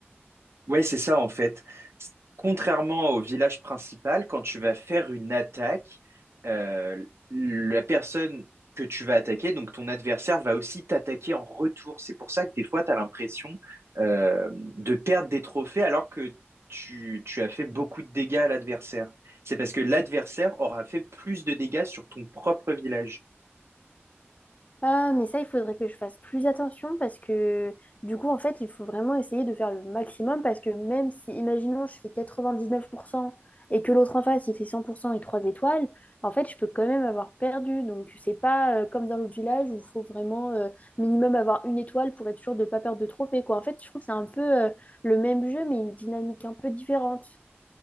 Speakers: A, on the right; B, on the left.
A: Ouais, c'est ça en fait. Contrairement au village principal, quand tu vas faire une attaque, euh, la personne que tu vas attaquer, donc ton adversaire, va aussi t'attaquer en retour. C'est pour ça que des fois, tu as l'impression euh, de perdre des trophées alors que tu, tu as fait beaucoup de dégâts à l'adversaire. C'est parce que l'adversaire aura fait plus de dégâts sur ton propre village.
B: Ah, mais ça, il faudrait que je fasse plus attention parce que du coup, en fait, il faut vraiment essayer de faire le maximum parce que même si, imaginons, je fais 99% et que l'autre en face, il fait 100% et 3 étoiles, en fait, je peux quand même avoir perdu. Donc, c'est pas euh, comme dans l'autre village où il faut vraiment euh, minimum avoir une étoile pour être sûr de ne pas perdre de trophée, quoi. En fait, je trouve que c'est un peu euh, le même jeu, mais une dynamique un peu différente.